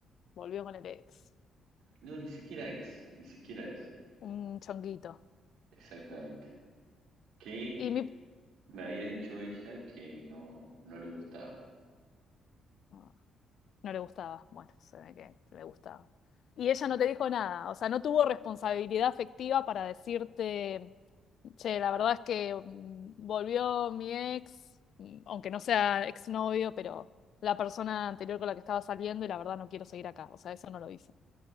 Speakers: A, on the left; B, on the right.
A: volvió con el ex.
B: No, ni siquiera ex, ni siquiera ex,
A: Un chonguito.
B: exactamente. Que
A: Y mi...
B: me había dicho ella que no, no le gustaba.
A: ah, No le gustaba. Bueno, se ve que le gustaba. Y ella no te dijo nada. O sea, no tuvo responsabilidad afectiva para decirte, che, la verdad es que mm, volvió mi ex, mm, aunque no sea exnovio, pero la persona anterior con la que estaba saliendo y la verdad no quiero seguir acá. O sea, eso no lo hizo.